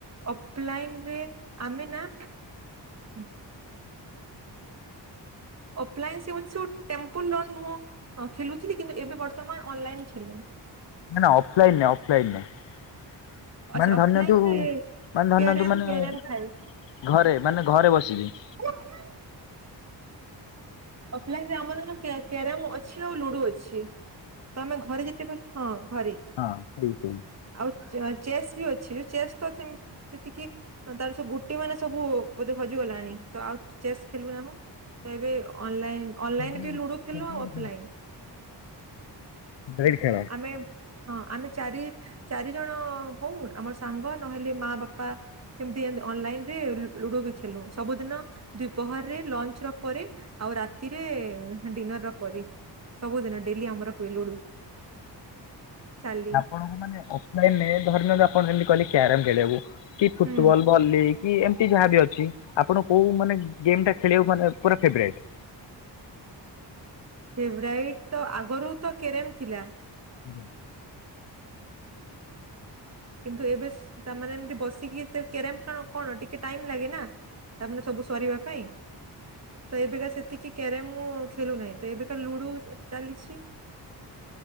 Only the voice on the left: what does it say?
ନା ନା ଅଫଲାଇନ୍ ନୁହେଁ ଅଫଲାଇନ୍ ନୁହେଁ
ମାନେ
ଧରି ନିଅନ୍ତୁ ମାନେ ଧରିନିଅନ୍ତୁ
ମାନେ
ଘରେ ମାନେ ଘରେ ବସିକି।
ହଁ ସେଇ ସେଇ।
ଫେବରାଇଟ୍
ଫେବରାଇଟ୍
ବ୍ରେଡ଼ ଖେଳ।
ଆପଣଙ୍କୁ ମାନେ ଅଫଲାଇନନେ ଧରିନିଅନ୍ତୁ ଆପଣ ଯେମିତି କହିଲେ କ୍ୟାରମ ଖେଳିବାକୁ କି ଫୁଟବଲ।
ଭଲି କି ଏମତି ଯାହାବ ଅଛି ଆପଣଙ୍କୁ କୋଉ ମାନେ ଗେମ୍ ଟା ଖେଲିବାକୁ ମାନେ ପୁରା ଫେବରାଇଟ?
ଆଜ୍ଞା।